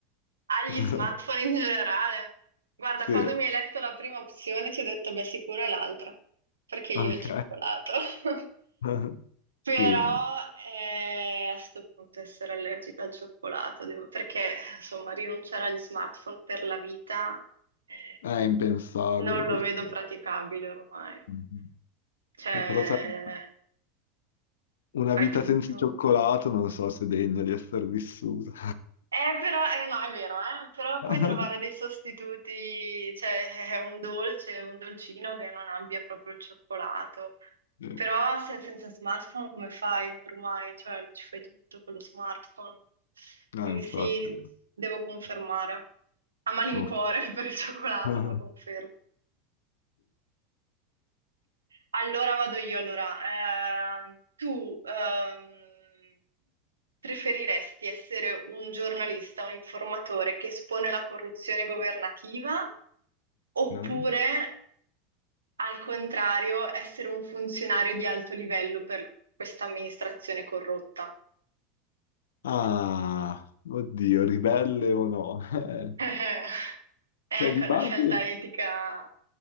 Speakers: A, on the right; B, on the left.
A: Agli
B: <laughs>
A: smartphone in generale. Guarda,
B: Sì,
A: quando mi hai letto la prima opzione ti ho detto, beh, sicuro è l'altra, perché io
B: ok.
A: il cioccolato. <laughs>
B: <laughs>
A: Però
B: Sì,
A: eh, a sto punto essere allergica al cioccolato, devo- perché insomma rinunciare agli smartphone per la vita eh,
B: è impensabile
A: non
B: purtroppo.
A: lo vedo praticabile ormai.
B: Mhm.
A: Cioè,
B: Sì, però sarebbe una
A: fai
B: vita
A: tutto.
B: senza cioccolato non so se è degna di essere vissuta.
A: Eh, però, eh, no, è vero, eh, però puoi
B: <laughs>
A: trovare dei sostituti, cioè è un dolce, un dolcino che non abbia proprio il cioccolato.
B: Sì.
A: Però se- senza smartphone come fai ormai? Cioè ci fai tutto con lo smartphone.
B: No,
A: Quindi
B: infatti.
A: sì, devo confermare. A malincuore
B: Ok.
A: <laughs> per il cioccolato,
B: <laughs>
A: ma confermo. Allora vado io, allora. Ehm, tu ehm, preferiresti essere un giornalista, un informatore che espone la corruzione governativa oppure,
B: Ok.
A: al contrario, essere un funzionario di alto livello per questa amministrazione corrotta?
B: Ah, oddio, ribelle o no? <laughs> Eh,
A: <laughs> È anche
B: Cioè, di
A: una
B: base,
A: scelta etica.